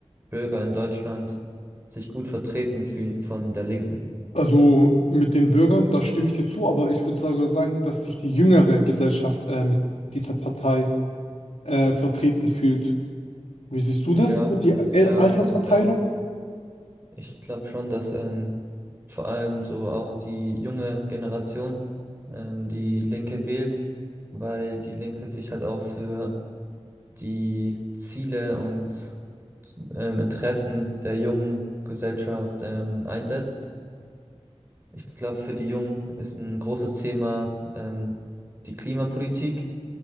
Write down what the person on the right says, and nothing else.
Bürger in Deutschland sich gut vertreten fühlen von der Linken.
Ja,
fand-
ja,
finde ich auch. Ich glaube schon, dass ähm, vor allem so auch die junge Generation ähm, die Linke wählt, weil die Linke sich halt auch für die Ziele und ähm, Interessen der jungen Gesellschaft ähm, einsetzt. Ich glaube, für die Jungen ist ein großes Thema ähm, die Klimapolitik